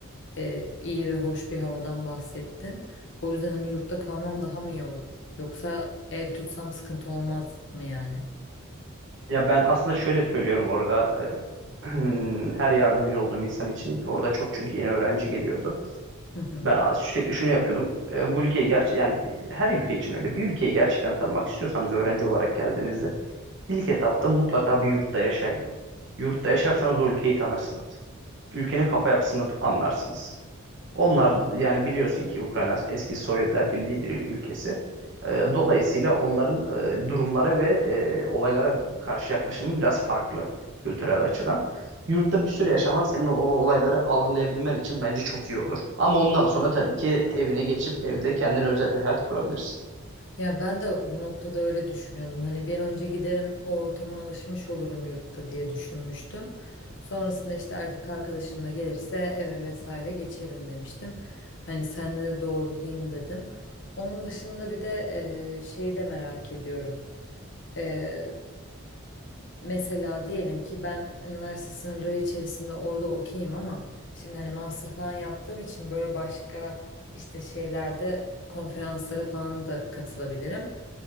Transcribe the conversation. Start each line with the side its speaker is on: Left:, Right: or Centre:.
Left: e, iyi ve hoş bir havadan bahsettin. O yüzden hani yurtta kalmam daha mı iyi olur? Yoksa ev tutsam sıkıntı olmaz mı yani?
Right: Ya ben aslında şöyle söylüyorum orada e, <clears throat> her yardımcı olduğum insan için orada çok çünkü yeni öğrenci geliyordu.
Left: Hı hı.
Right: Ben sürekli şunu yapıyordum. E, bu ülkeyi gerçi yani her ülke için öyle. Bir ülkeyi gerçekten tanımak istiyorsanız öğrenci olarak geldiğinizde İlk etapta mutlaka bir yurtta yaşayın. Yurtta yaşarsanız o ülkeyi tanırsınız. Ülkenin kafa yapısını anlarsınız. Onlar yani biliyorsun ki Ukrayna eski Sovyetler Birliği bir ülkesi. Ee, Dolayısıyla onların e, durumlara ve e, olaylara karşı yaklaşımı biraz farklı kültürel açıdan. Yurtta bir süre yaşaman senin o olayları algılayabilmen için bence çok iyi olur. Ama ondan sonra tabii ki evine geçip evde kendine özel bir hayat kurabilirsin.
Left: Ya ben de bu noktada öyle düşünüyordum. Hani bir önce giderim o ortama alışmış olurum yurtta diye düşünmüştüm. Sonrasında işte erkek arkadaşım da gelirse eve vesaire geçerim demiştim. Hani senle de doğrulayayım dedim. Onun dışında bir de eee şeyi de merak ediyorum. E, mesela diyelim ki ben üniversite sınırları içerisinde orada okeyim ama şimdi hani master falan yaptığım için böyle başka işte şeylerde konferanslara falan da katılabilirim.